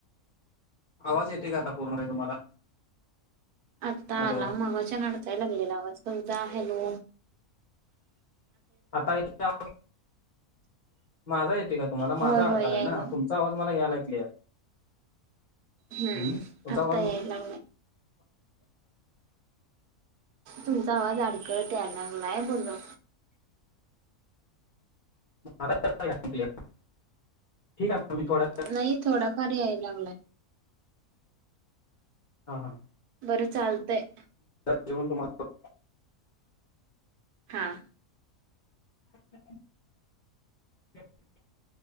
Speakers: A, on the left; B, on the right.
A: आवाज येतोय का आता पूर्ण नाही तुम्हाला.?
B: आत्ता
A: हॅलो
B: आला मगाचान अडकाय लागलेला आवाज तुमचा, हॅलो.
A: आता येतोय का बग. माझा येतो का तुम्हाला,
B: होय
A: माझा अडकालाय
B: होय यायला
A: ना तुमचा आवाज मला यालाय क्लिअर.
B: हम्म,
A: तुमचा
B: आता
A: आवाज
B: याय लागलाय. तुमचा आवाज अडकत याय लागलाय बोललो.
A: माझा येत नाही क्लिअर,, ठीक आहे मी थोडा
B: नाही थोडाफार याय लागलाय.
A: हा हा.
B: बरं चालतंय
A: जीवून तुम्हा <unintelligible>
B: हां.
A: <inaudible>